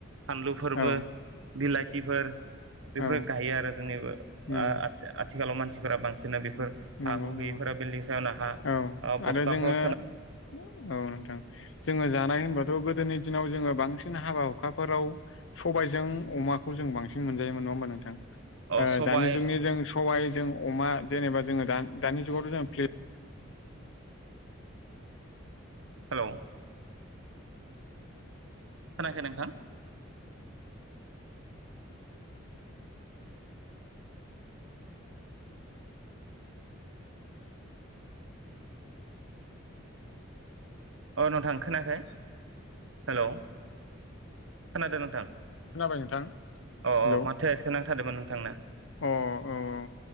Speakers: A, on the right; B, on the left.
A: फानलुफोरबो
B: औ
A: बिलाथिफोर बेफोरो
B: औ
A: गायो आरो जोंनि
B: नंगौ
A: आ आथिखालाव मानसिफोरा बांसिनानो बेफोर फोर
B: नंगौ
A: हा हु
B: नंगौ
A: गैयैफोरा बिल्डिं सायावनो हा
B: औ
A: ओ
B: आरो
A: बस्ताफोराव
B: जोङो औ नोंथां जोङो जानाय होनबा थ' गोदोनि दिनाव जोङो बांसिन हाबा हुखाफोराव सबायजों अमाखौ जों बांसिन मोनजायोमोन नङा होमबा नोंथां
A: अ सबाय
B: दानि जुगनि जों सबायजों अमा जेनेबा जोङो दा दानि जुगावथ' जों प्ले
A: हेलौ खोनायाखै नोंथां अ नोंथां खोनायाखै हेलौ खोनादों नोंथां
B: खोनाबाय नोंथां
A: अ
B: हेलौ
A: माथोआ एसे नांथादोंमोन नोंथांना
B: अ औ औ